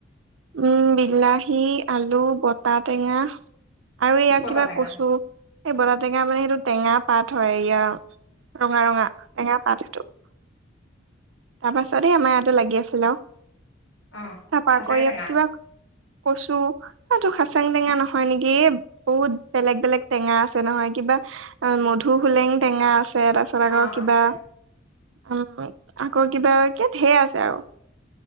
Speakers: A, on the right; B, on the left.
A: উম! বিলাহী, আলু, বটা টেঙা <unintelligible> আৰু ইয়াক
B: কি বতা
A: কিবা
B: টেঙা
A: কচু। এই বটা টেঙা মানে সেইটো টেঙা পাত হয় ইয়াৰ। <unintelligible> ৰঙা-ৰঙা টেঙা পাত সেইটো। <inaudible> তাৰপাছতে আমাৰ ইয়াতে লাগি আছিল আৰু।
B: অ
A: তাৰপা
B: খাচেং
A: কৰি
B: টেঙা
A: <unintelligible> কচু <unintelligible> এইটো খাচাং টেঙা নহয় নেকি? এ বহুত বেলেগ-বেলেগ টেঙা আছে নহয় কিবা <unintelligible> <unintelligible> মধু হোলেং টেঙা আছে তাৰপিছত আকৌ
B: অ
A: কিবা
B: অ সেই
A: উম! <unintelligible> আকৌ কিবা কি ধেৰ আছে আৰু।